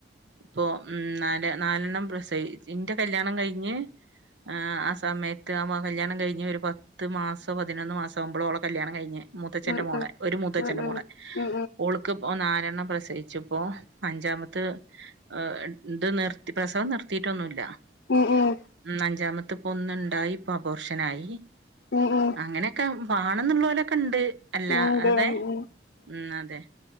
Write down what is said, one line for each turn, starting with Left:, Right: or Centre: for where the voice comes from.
Right: ഇപ്പൊ ഉം നാല് നാലെണ്ണം പ്രസയ്ച്ച്, ഇന്റെ കല്യാണം കഴിഞ്ഞ് ആ അ സമയത്ത് ആ കല്യാണം കഴിഞ്ഞ ഒരു പത്ത് മാസം പതിനൊന്ന് മാസം ആകുമ്പോളോള കല്യാണം കഴിഞ്ഞെ. മൊ ത്തച്ഛന്റെ
Left: ഉം
Right: മോളെ,
Left: ഉം
Right: ഒരു മൂത്തച്ഛന്റെ മോളെ
Left: ഉം ഉം
Right: ഓള് ക്ക്‌പ നാലെണ്ണം പ്രസയിച്ചുപ്പോ അഞ്ചാമത്ത് ഏഹ് ഇണ്ട് നിർതി പ്രസവം നിർത്തിട്ടൊന്നില്ല.
Left: മ് ഉം. ഉം
Right: ന്ന് അഞ്ചാമത്ത പ്പൊന്നു ണ്ടായി പ്പ അപോർഷനായി.
Left: ഉം
Right: അങ്ങനെക്കെ ഉം വാണന്നൊളോരൊക്കെ ഉണ്ട്. അല്ലാതെ
Left: ഉം ഉം ഉം തെ ഉം ഉം
Right: ഉം അതെ.